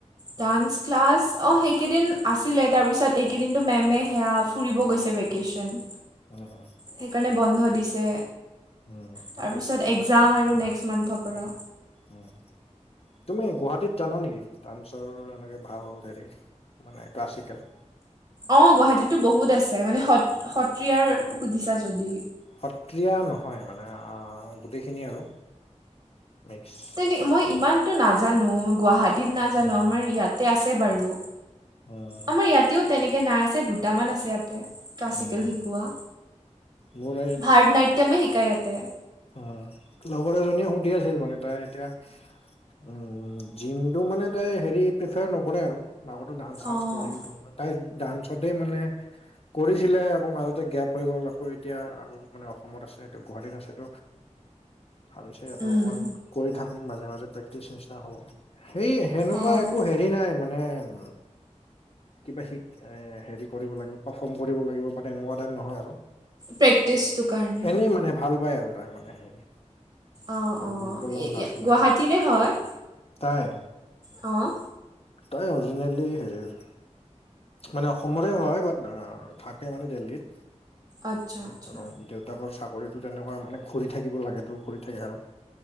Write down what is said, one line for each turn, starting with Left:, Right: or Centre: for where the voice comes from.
Right: ডান্স ক্লাছ অ সেইকেইদিন আছিলে তাৰপিছত এইকেইদিনটো মেমে সেয়া ফুৰিব গৈছে ভেগ কেশচন
Left: অহ অহ
Right: সেইকাৰণে বন্ধ দিছে।
Left: উম
Right: তাৰ পিছত একজাম আৰু নেক্সট মান্থৰ পৰা
Left: উম তুমি গুৱাহাটীত জানা নেকি ডান্সৰ এনেকে ভাল হেৰি মানে ক্লাছিকেল
Right: অ গুৱাহাটীতো বহুত আছে মানে সত সত্ৰীয়াৰ সুধিছা যদি
Left: সত্ৰীয়া নহয় মানে গোটেইখিনি আৰু মিক্স
Right: তেনে মই ইমানতো নাজানো গুৱাহাট টীত নাজানো
Left: উম
Right: আমাৰ ইয়াতে আছে বাৰু
Left: উম
Right: আমাৰ ইয়াতেও তেনেকে নাচে টো কেইটামান আছে ইয়াতে ক্লাছিকেল
Left: উম
Right: শিকোৱা
Left: মোৰ
Right: ভাৰত নাট্যমে শিকাই ইয়াতে
Left: অ লগৰ এজনীয়ে সুধি আছিল মানে তাই এতিয়া উম জিমটো মানে তাই হেৰি প্ৰিফাৰ নকৰে আৰু আগতো ডান্স চান্স
Right: অঁ
Left: কৰিল টো তাই ডান্সতে মানে কৰিছিলে আকৌ মাজতে গেপ হৈ গ'ল আকৌ এতিয়া আকৌ মানে অসমত আছে গুৱাহাটীত আছে ত ভাবিছো ইয়াতে
Right: উম
Left: অকণমান কৰি থাকো মাজে মাজে প্ৰেক্টিচ নিচিনা হ'ব সেই সেনেকুৱা
Right: অঁ।
Left: একো হেৰি নাই মানে উ কিবা শিক এ হেৰি কৰিব লাগিব পাৰফৰ্ম কৰিব লাগিব বাট এনেকুৱা টাইম নহয় আৰু
Right: প্ৰেক্টিচটোৰ কাৰণে
Left: এনেই মানে ভাল পাই আৰু তাই মানে হেৰি
Right: অ
Left: আৰু
Right: অ
Left: গ্ৰুপৰ লগত নাছিলে
Right: গুৱাহাটীৰে হয়
Left: তাই
Right: অ
Left: তাই অৰিজিনেলি হেৰিৰ মানে অসমৰে হয় বাট থাকে মানে দিল্লীত
Right: আচ্ছা আচ্ছা
Left: আৰু দেউ দেউতাকৰ চাকৰিতো তেনেকুৱা মানে ঘূৰি থাকিব লাগেতো ঘূৰি থাকে আৰু